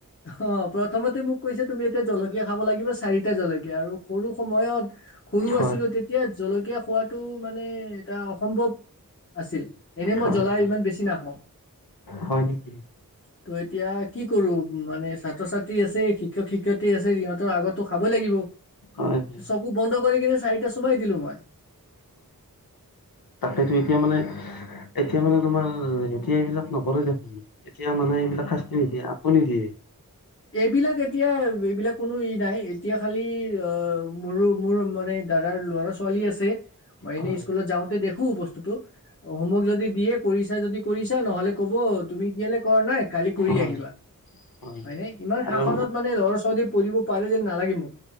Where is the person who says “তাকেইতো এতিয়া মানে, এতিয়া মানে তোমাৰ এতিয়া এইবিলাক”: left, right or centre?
Left